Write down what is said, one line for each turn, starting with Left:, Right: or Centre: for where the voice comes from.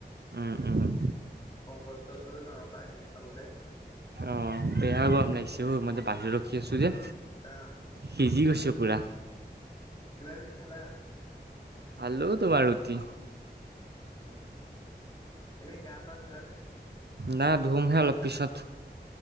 Right: উম উম।
Left: শংকৰ ষ্ট'ৰ ওচৰলে যাওঁ আকৌ এপাক এনেই ওলাই।
Right: অ', বেয়া গৰম লাগিছে ঐ, মই যে বাহিৰত ৰখি আছোঁ যে
Left: অ'
Right: সিজি গৈছোঁ পুৰা।
Left: কিবা কিবি খালা?
Right: খালোঁ তোমাৰ ৰুটি।
Left: উম, এনেই গা-পা ধুলানে?
Right: নাই, ধুমহে অলপ পিছত,